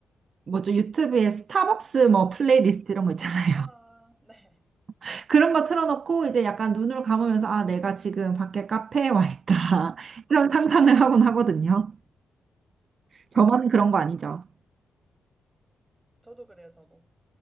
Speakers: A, on the right (about 60°); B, on the right (about 25°).
A: 뭐죠, 유튜브에 스타벅스 뭐 플레이리스트 이런 거 있잖아요.
B: 아, 네.
A: <laughs> 그런 거 틀어놓고 이제 약간 눈을 감으면서, 아, 내가 지금 밖에 카페에 와 있다. <laughs> 이런 상상을 하곤 하거든요. 저만
B: 아,
A: 그런
B: 아,
A: 거 아니죠.
B: 음, 저도 그래요, 저도.